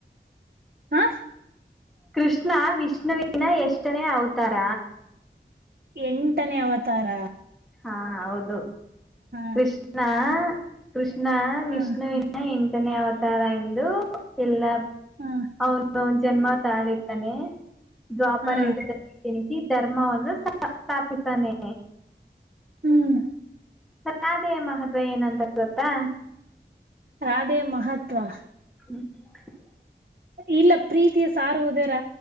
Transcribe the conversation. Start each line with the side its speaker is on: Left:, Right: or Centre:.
Right: ಹಾ
Centre: ಕೃಷ್ಣ ವಿಷ್ಣುವಿನ ಎಷ್ಟನೇ ಅವತಾರ
Right: ಎಂಟನೇ ಅವತಾರ.
Centre: ಹಾ ಹೌದು
Right: ಹಾ
Centre: ಕೃಷ್ಣ ಕೃಷ್ಣ
Right: ಹಾ
Centre: ವಿಷ್ಣುವಿನ ಎಂ ಎಂಟನೇ ಅವತಾರ ಎಂದು ಎಲ್ಲ
Right: ಹಾ
Centre: ಅವನು ಜನ್ಮ ತಾಳಿರ್ತಾನೆ ದ್ವಾಪರ
Right: ಹಾ
Centre: ಯುಗದಲ್ಲಿ ಇಣುಕಿ ದರ್ ಧರ್ಮವನ್ನು ಸ್ ಸ್ಥಾಪಿಸಾನೆ
Right: ಹ್ಮ್
Centre: ರಾಧೆಯ ಮಹತ್ವ ಏನಂತ ಗೊತ್ತಾ
Right: ರಾಧೆ ಮಹತ್ವ
Centre: ಹ <inaudible>
Right: ಇಲ್ಲ ಪ್ರೀತಿಯ ಸಾರುವುದೇ ರ